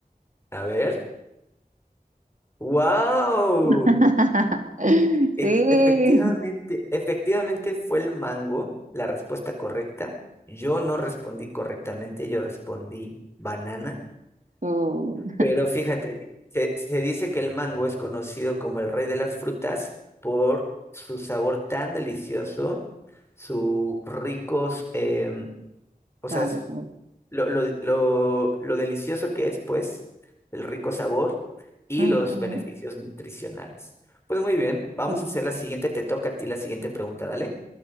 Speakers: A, on the left; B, on the right.
A: A ver. ¡Wow!
B: <laughs>
A: Ex-
B: Sí,
A: Efectivamente, efectivamente fue el mango la respuesta correcta. Yo no respondí correctamente, yo respondí banana.
B: su
A: Pero fíjate, se, se dice que el mango es conocido como el rey de las frutas por su sabor tan delicioso, su ricos, em, o sea,
B: sabor.
A: lo, lo, lo, lo delicioso que es, pues, el rico sabor y
B: Ujú,
A: los beneficios nutricionales. Pues muy bien, vamos
B: súper.
A: a hacer la siguiente, te toca a ti la siguiente pregunta, dale.